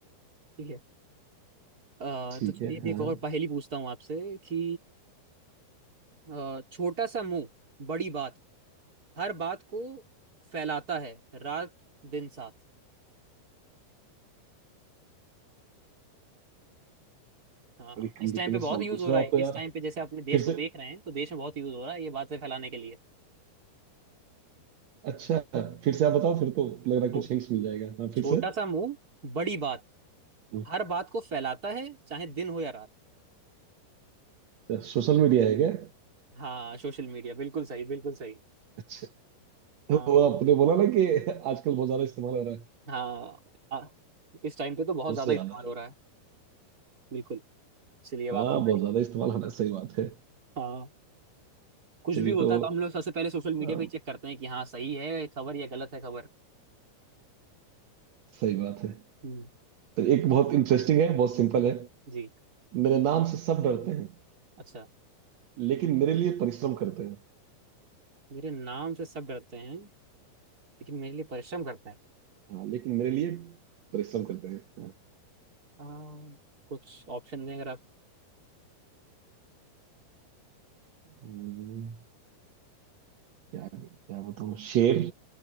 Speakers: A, on the right (about 20°); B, on the right (about 70°).
A: ठीक है अ,
B: ठीक
A: तो चलिए
B: है हाँ
A: मैं एक और पहेली पूछता हूँ आपसे कि अ, छोटा सा मुंह बड़ी बात हर बात को फैलाता है रात दिन साथ हाँ
B: बड़ी कॉम्प्लिकेटेड
A: इस टाइम पे बहुत
B: सवाल
A: यूज
B: पूछ
A: हो
B: रहे
A: रहा
B: हो
A: है
B: आप तो
A: इस
B: यार
A: टाइम पे जैसे अपने देश
B: फिर
A: को
B: से
A: देख रहे हैं तो देश में बहुत यूज हो रहा है ये बातें फैलाने के लिए
B: अच्छा फिर से आप बताओ फिर तो लग रहा है
A: तो
B: कुछ हिंट्स मिल जाएगा हाँ
A: छोटा
B: फिर से
A: सा मुंह बड़ी बात
B: हम्म,
A: हर बात को फैलाता है चाहे दिन हो या रात
B: अच्छा, सोशल मीडिया है क्या
A: हाँ सोशल मीडिया बिल्कुल सही बिल्कुल सही
B: अच्छा
A: हाँ
B: वो आपने बोला ना कि आजकल बहुत ज्यादा इस्तेमाल हो रहा है
A: हाँ आ, इस टाइम पे तो बहुत ज्यादा
B: उससे
A: इस्तेमाल
B: याद आया
A: हो रहा है बिल्कुल चलिए अब
B: हाँ
A: आपकी
B: बहुत
A: बारी
B: ज्यादा इस्तेमाल हो रहा है सही बात है
A: हाँ कुछ
B: चलिए
A: भी होता
B: तो
A: है तो हम लोग सबसे पहले सोशल मीडिया
B: अम,
A: पे ही चेक करते हैं कि हाँ सही है खबर या गलत है खबर
B: सही बात है
A: हम्म
B: तो एक बहुत इंटरेस्टिंग है बहुत सिंपल है
A: जी
B: मेरे नाम से सब डरते हैं
A: अच्छा
B: लेकिन मेरे लिए परिश्रम करते हैं
A: मेरे नाम से सब डरते हैं लेकिन मेरे लिए परिश्रम करते हैं
B: हाँ लेकिन मेरे लिए परिश्रम करते हैं हाँ।
A: आ, कुछ ऑप्शन दें अगर आप
B: हम्म, क्या क्या बताऊँ शेर